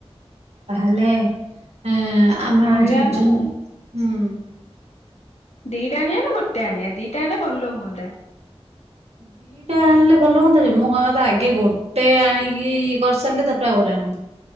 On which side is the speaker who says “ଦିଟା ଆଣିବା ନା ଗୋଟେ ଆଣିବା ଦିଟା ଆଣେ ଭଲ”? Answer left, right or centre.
Left